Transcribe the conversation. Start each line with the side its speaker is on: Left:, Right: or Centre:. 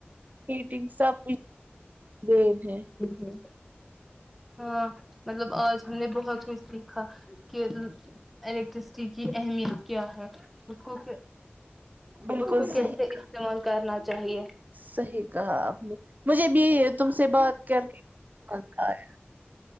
Right: ہیٹگ سب دین ہے
Centre: ہے ہاں مطلب آج ہم نے بہت کچھ سیکھا کہ الیکٹرسٹی کی اہمیت کیا ہے اس کو
Right: بالکل
Centre: اس کو کیسے
Right: صحیح
Centre: استعمال کرنا چاہیے
Right: صحیح کہا آپ نے مجھے بھی تم سے بات کر کے مزہ آیا